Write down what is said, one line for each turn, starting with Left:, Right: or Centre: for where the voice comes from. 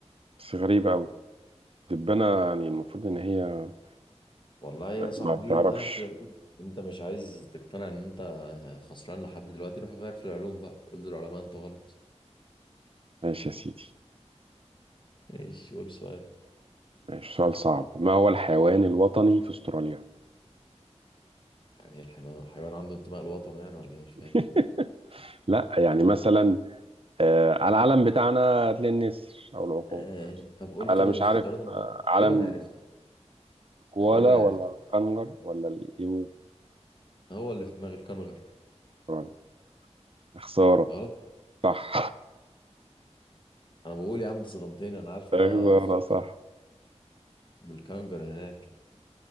Right: بس غريبة أوي الدبانة يعني المفروض إن هي آه،
Left: والله يا صاحبي
Right: ما بتعرفش
Left: غير في العلوم انت مش عايز تقتنع ان انت خسران لحد دلوقتي روح غير في العلوم بقى قول للعلماء انتوا غلط
Right: ماشي يا سيدي
Left: ماشي قول سؤال
Right: ماشي سؤال صعب ما هو الحيوان الوطني في استراليا
Left: يعني ايه الحيوان الحيوان عنده انتماء لوطنه يعني ولا ايه مش فاهم
Right: <laughs> لا يعني مثلا آه على العلم بتاعنا هتلاقي النسر او العقاب
Left: آه طب قول
Right: على
Left: كده
Right: مش
Left: الاختيارات
Right: عارف
Left: انا
Right: آه علم
Left: تقريبا عرفته
Right: كوالا
Left: تقريبا
Right: ولا
Left: عرفته
Right: الكنغر ولا الايمو
Left: هو اللي في دماغي الكنغر
Right: استراليا. خسارة
Left: غلط
Right: صح
Left: انا بقول يا عم انت صدمتني
Right: <laughs>
Left: انا عارف
Right: خسارة
Left: هو استراليا
Right: صح
Left: بالكانجر هناك